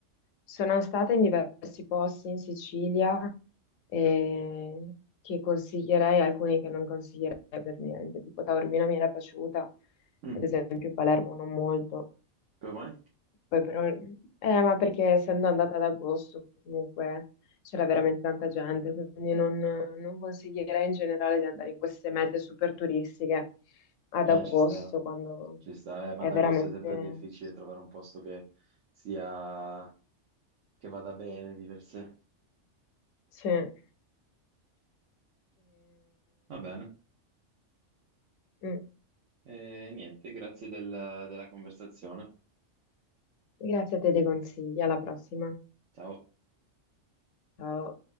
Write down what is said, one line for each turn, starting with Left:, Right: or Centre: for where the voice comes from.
Left: Sono stata in diversi posti in Sicilia eh, che consiglierei, alcuni che non consiglierei per niente, tipo Taormina mi era piaciuta,
Right: Mm,
Left: ad esempio Palermo non molto,
Right: Come mai?
Left: poi però, eh, ma perché essendo andata ad agosto comunque c'era veramente tanta gente, quindi non, non consiglierei in generale di andare in queste mete super turistiche ad
Right: Eh,
Left: agosto
Right: ci sta,
Left: quando
Right: ci sta. Eh, ad
Left: è
Right: agosto
Left: veramente...
Right: è sempre difficile trovare un posto che sia, che vada bene di per sé.
Left: Sì. Ehm,
Right: Va bene.
Left: mm.
Right: E niente, grazie del- della conversazione.
Left: Grazie a te dei consigli, alla prossima.
Right: Ciao.
Left: Ciao.